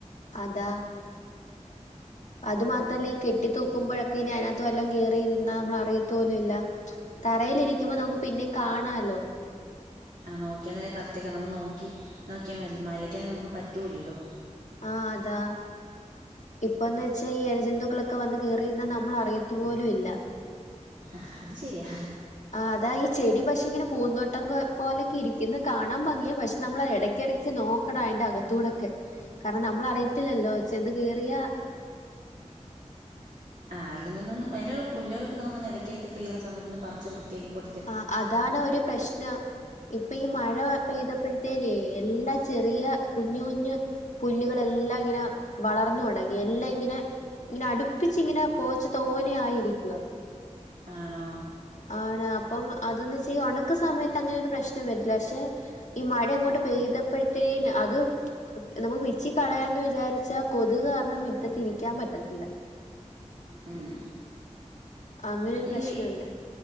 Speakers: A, on the left; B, on the right.
A: അത. അത് മാത്രല്ല. ഈ കെട്ടി തൂക്കുമ്പോഴക്കെ ഇനി അയ്നകത്ത് വല്ലം കേറിയിരുന്ന നമ്മൾ അറിയത്ത് പോലും ഇല്ല. തറയിലിരിക്കുമ്പ നമുക്ക് പിന്നിം കാണാല്ലോ?
B: ആ നോക്ക്യാന്നെ കറക്റ്റയ്ക്കാ. നമ്മള് നോക്കി നോക്കിയാ മലി മലിക്കാന നമുക്ക് പറ്റൂലല്ലോ?
A: ആഹ് അതാ ഇപ്പ. ഇപ്പന്ന് വെച്ചാ ഈ എഴജന്തുക്കളൊക്കെ വന്ന് കേറിയിരുന്നാ നമ്മള് അറിയത്ത് പോലും ഇല്ല.
B: ആഹ് അത് ശരിയാ.
A: ആഹ് അതാ ഈ ചെടി പക്ഷെ ഇങ്ങനെ പൂന്തോട്ടം കൊ പോലെക്കെ ഇരിക്കുന്നെ കാണാൻ ഭംഗിയാ പക്ഷെ നമ്മളത് എട ക്ക്യെടക്ക് നോക്കണം അയിന്റെ അകത്തൂടെക്കെ. കാരണം നമ്മളറിയത്തില്ലല്ലോ ചെന്ന് കേറിയാ
B: ആഹ് എല്ലമ്മന്നൊന്ന് അയില്ള്ള പുല്ലേളൊക്കെ നമ്മൊന്ന് എടക്കെടക്ക് ഫ്രീയുള്ള സമയത്തൊന്ന് പറിച്ച് വൃത്തിയാക്കി കൊടു
A: ആഹ് അതാണ് ഒരു പ്രശ്നം. ഇപ്പ ഈ മഴ പെയ്തപ്പഴ്ത്തേനേ എല്ലാ ചെറിയ കുഞ്ഞു കുഞ്ഞ് പുല്ലുകളെല്ലാം ഇങ്ങനെ വളർന്നു തുടങ്ങി. എല്ലാം ഇങ്ങനെ ഇങ്ങനെ അടുപ്പിച്ചിങ്ങനെ പോച്ച തോനെ ആയിരിക്കുവാ.
B: ആണോ?
A: ആണ്. അപ്പം അതൊന്ന്വെച്ച ഈ ഒണക്ക സമയത്ത് അങ്ങനെ ഒരു പ്രശ്നം വരില്ല. പക്ഷെ ഈ മഴ അങ്ങോട്ട് പെയ്തപ്പഴ്ത്തേന് അത് നമുക്ക് പിച്ചി കളയാന്ന് വിചാരിച്ചാ കൊതുക് കാരണം മിറ്റത്തിരിക്കാൻ പറ്റത്തില്ല.
B: ഉം.
A: അങ്ങനെ
B: അതീ
A: ഒരു പ്രശ്നമുണ്ട്
B: വേ